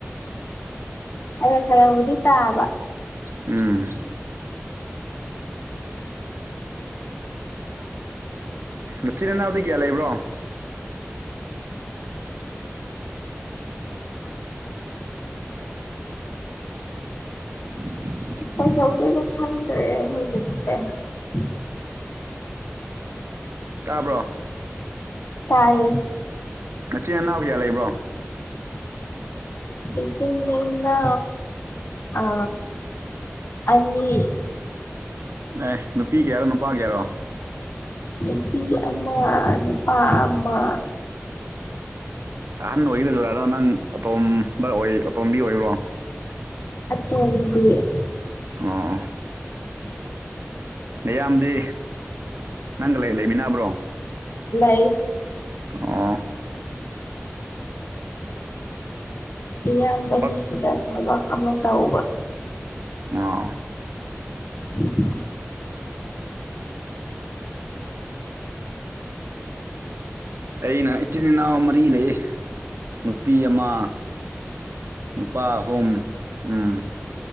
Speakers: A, on the left (about 55°); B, on the right (about 65°).
A: ꯑꯔ ꯈꯔꯕꯨꯗꯤ ꯇꯥꯕ
B: ꯎꯝ ꯃꯆꯤꯟ ꯏꯅꯥꯎꯗ ꯀꯌꯥ ꯂꯩꯕ꯭ꯔꯣ <inaudible>
A: ꯀꯥꯏꯗ ꯌꯎꯗ ꯏ ꯂꯣ ꯈꯥꯟ꯭ꯔꯦ ꯃꯖꯤꯛꯁꯦ ꯎ
B: ꯇꯥꯕ꯭ꯔꯣ
A: ꯇꯥꯏꯌꯦꯦ
B: ꯃꯆꯤꯟ ꯏꯅꯥꯎ ꯀꯌꯥ ꯂꯩꯕ꯭ꯔꯣ
A: ꯏꯆ ꯑ ꯑꯅꯤd
B: ꯑꯦ ꯅꯨꯄꯤꯒꯤꯌꯥꯔꯣ ꯅꯨꯄꯥꯒꯤꯌꯥꯔꯣ
A: ꯅꯨꯄꯤ ꯑꯃ ꯅꯨꯄꯥ ꯑꯃ
B: ꯑꯍꯥꯟ ꯑꯣꯏꯒꯗꯔꯥꯗꯣ ꯅꯪ ꯑꯄꯣꯝꯕ ꯑꯣꯏ ꯑꯄꯣꯝꯕꯤ ꯑꯣꯏꯕ꯭ꯔꯣ
A: ꯑꯠꯇꯕꯤ
B: ꯑꯣ ꯃꯌꯥꯝꯗꯤ ꯅꯪꯒ ꯂꯩꯃꯤꯟꯅꯕ꯭ꯔꯣ
A: ꯂꯩ
B: ꯑꯣ
A: ꯏꯌꯥꯝꯁꯤꯡ
B: ꯊꯕꯛ
A: ꯁꯤꯗ ꯊꯕꯛ ꯑꯃ ꯇꯧꯕ
B: ꯑꯣ
A: ꯎꯝ
B: ꯑꯩꯅ ꯏꯆꯤꯟ ꯏꯅꯥꯎ ꯃꯔꯤ ꯂꯩꯌꯦ ꯅꯨꯄꯤ ꯑꯃ ꯅꯨꯄꯥ ꯑꯍꯨꯝ ꯎꯝ